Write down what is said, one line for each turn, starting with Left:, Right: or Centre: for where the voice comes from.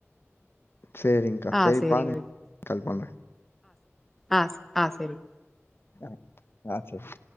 Left: சேரிங்கா
Centre: ஆ
Left: சேரி
Centre: சேரிங்க
Left: பாருங்க கால் பண்றேன்
Centre: ஆஹ் ஆஹ் சேரி
Left: ஆஹ் ஆ சேரி